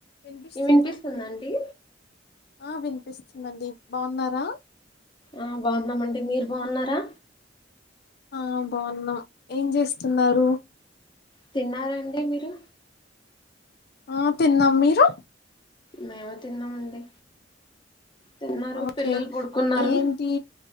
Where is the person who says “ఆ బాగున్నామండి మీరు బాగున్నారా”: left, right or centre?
Left